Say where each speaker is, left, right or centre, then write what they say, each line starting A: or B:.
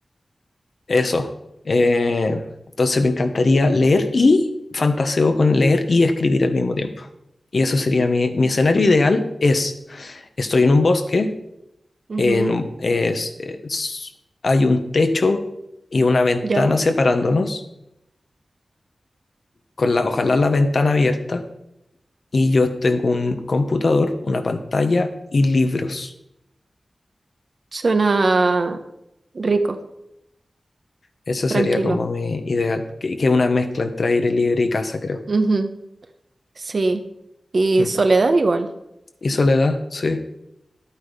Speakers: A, on the left; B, on the right.
A: Eso. Eh, entonces me encantaría leer y fantaseo con leer y escribir al mismo tiempo. Y eso sería mi, mi escenario ideal es, estoy en un bosque
B: Ujú.
A: en- es- es- hay un techo y una ventana
B: Ya.
A: separándonos, con la, ojalá la ventana abierta, y yo tengo un computador, una pantalla y libros.
B: Suena rico,
A: Ese
B: tranquilo.
A: sería como mi ideal, que que es una mezcla entre aire libre y casa, creo.
B: Ujú. Sí. Y
A: Mm.
B: soledad igual.
A: ¿Y soledad? Sí,